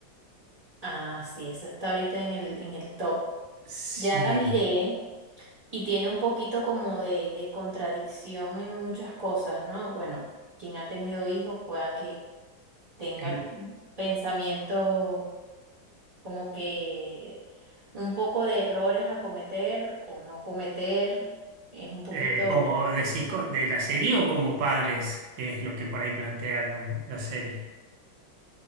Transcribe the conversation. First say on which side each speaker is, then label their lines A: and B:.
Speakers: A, on the right; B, on the right.
A: Ah, sí, eso está ahorita en el, en el top.
B: Sí,
A: Ya la miré y tiene un poquito como de, de contradicción en muchas cosas, ¿no? Bueno, quien ha tenido hijos pueda que tenga
B: cl-
A: pensamientos como que un poco de errores a cometer o no cometer es un poquito,
B: eh, como decís co- de la serie o como padres, que es lo que por ahí plantea la, la serie,